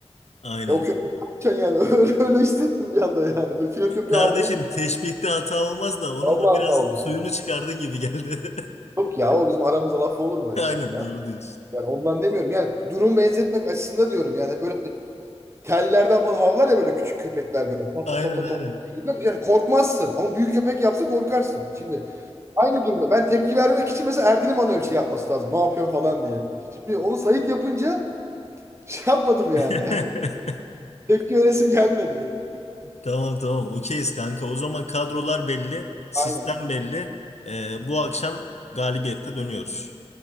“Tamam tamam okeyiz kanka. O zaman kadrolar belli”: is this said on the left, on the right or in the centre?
Left